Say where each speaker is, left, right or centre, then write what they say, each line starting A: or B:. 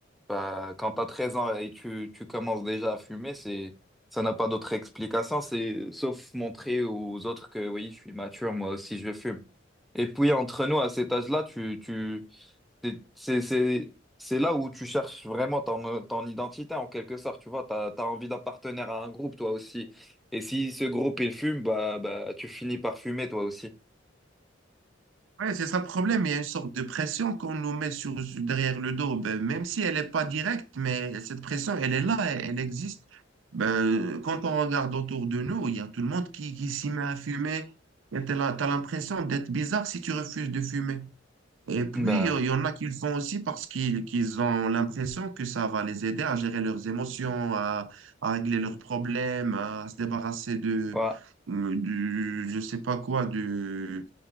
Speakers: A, in the centre; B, on the right.
A: Bah, quand tu as 13 ans et tu, tu commences déjà à fumer, c'est, ça n'a pas d'autre explication, c'est, sauf montrer aux autres que oui, je suis mature, moi aussi je fume. Et puis entre nous, à cet âge-là, tu, tu, c'est, c'est, c'est c'est là où tu cherches vraiment ton, ton identité en quelque sorte, tu vois, tu as, envie d'appartenir à un groupe toi aussi. Et si ce groupe il fume, bah, bah, tu finis par fumer toi aussi.
B: Ouais, c'est ça le problème. Il y a une sorte de pression qu'on nous met sur, sur- derrière le dos. Ben, même si elle n'est pas directe, mais cette pression, elle est là, elle, elle existe. Ben, quand on regarde autour de nous, il y a tout le monde qui, qui s'y met à fumer. Et t'as la- t'as l'impression d'être bizarre si tu refuses de fumer. Et puis,
A: Bah,
B: il y en a qui le font aussi parce qu'ils qu'ils ont l'impression que ça va les aider à gérer leurs émotions, à, à régler leurs problèmes, à se débarrasser de,
A: voilà.
B: euh, du, je sais pas quoi, du